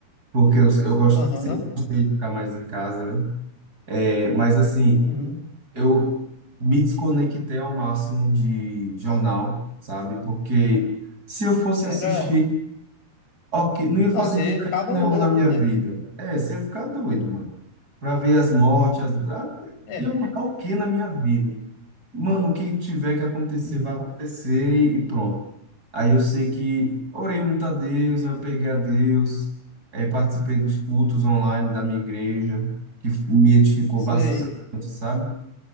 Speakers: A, on the right; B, on the left.
A: porque eu, eu gosto,
B: Aham.
A: sempre gostei de ficar mais em casa, né? É, mas, assim,
B: Uhum.
A: eu me desconectei ao máximo de jornal, sabe? Porque se eu fosse
B: Era.
A: assistir, ok, não ia fazer
B: Não, você
A: diferença
B: ficava
A: nenhuma
B: louco,
A: na minha
B: né?
A: vida. É, você ia ficar doido, mano. Pra
B: Ah,
A: ver as mortes, as... ah,
B: É.
A: ia mudar o que na minha vida? Mano, o que tiver que acontecer,
B: Uhum.
A: vai acontecer e pronto. Aí eu sei que orei muito a Deus, eu peguei a Deus, eh, participei dos cultos online da minha igreja, que f- me edificou
B: Sei.
A: bastante, sabe?